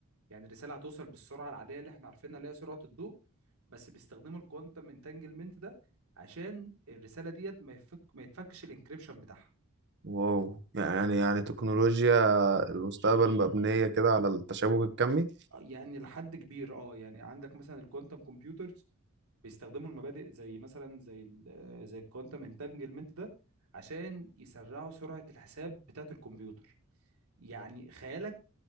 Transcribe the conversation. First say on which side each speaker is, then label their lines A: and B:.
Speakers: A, on the right; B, on the right.
A: يعني الرساله هتوصل بالسرعه العاديه اللي احنا عارفينها اللي هي سرعه الضوء بس بيستخدموا الكوانتم انتانجلمنت ده عشان الرساله ديت ما يفك ما يتفكش الانكريبشن بتاعها
B: واو يعني يعني تكنولوجيا المستقبل مبنية كده على التشابك الكمي
A: يعني لحد كبير اه يعني عندك مثلا الكوانتم كمبيوترز بيستخدموا المبادئ زي مثلا زي ال آه، زي الكوانتم انتانجلمنت ده عشان يسرعوا سرعة الحساب بتاعة الكمبيوتر يعني خيالك